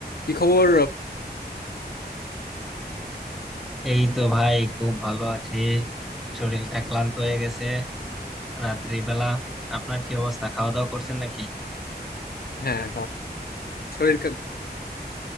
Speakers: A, on the left; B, in the centre.
A: কি খবর
B: এই তো ভাই খুব ভালো আছি শরীরটা ক্লান্ত হয়ে গেছে রাত্রিবেলা আপনার কি অবস্থা খাওয়া দাওয়া করছেন নাকি
A: হ্যাঁ সরি